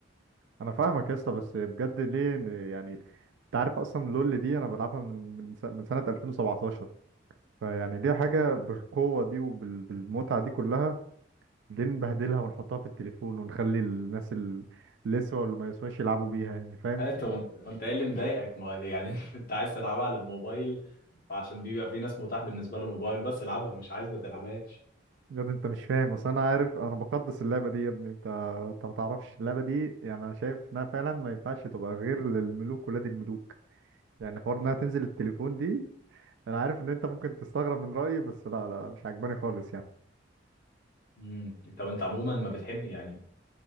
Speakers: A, on the right; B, on the left.
A: انا فاهمك يا اسطى بس بجد ليه إن- يعني انت عارف اصلا لول دي انا بلعبها من من س- من سنه 2017 فيعني ليه حاجه بالقوه دي وبالمتعه دي كلها ليه نبهدلها ونحطها في التليفون ونخلي الناس ال- اللي يسوا واللي ما يسواش يلعبوا بيها يعني فاهم
B: ها انت وانت وانت ايه اللي مضايقك ما هو يعني <laughs> انت عايز تلعبها على الموبايل عشان بيبقى في ناس متاح بالنسبه للموبايل بس العبها مش عايز ما تلعبهاش
A: يا ابني انت مش فاهم اصل انا عارف انا بقدس اللعبه دي يا ابني انت انت ما تعرفش اللعبه دي يعني انا شايف انها فعلا ما ينفعش تبقى غير للملوك ولاد الملوك يعني حوار انها تنزل التليفون دي انا عارف ان انت ممكن تستغرب من رايي بس لا لا مش عجباني خالص يعني
B: امم انت وانت عموما ما بتحب يعني